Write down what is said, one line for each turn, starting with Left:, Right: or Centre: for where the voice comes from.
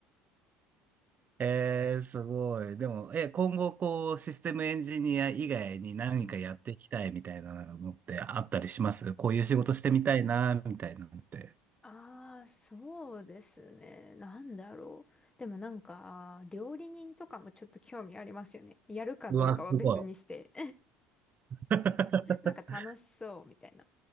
Right: ええー、すごい。でも、え、今後こう、システムエンジニア以外に何かやっていきたいみたいなのってあったりしますこういう仕事してみたいな、
Left: うん。
Right: みたいなのって。
Left: ああ、そうですね。なんだろう。でもなんか、料理人とかもちょっと興味ありますよね。やるかどうかは別にして。
Right: うわ、すごい。<laughs>
Left: <laughs> なんか楽しそうみたいな。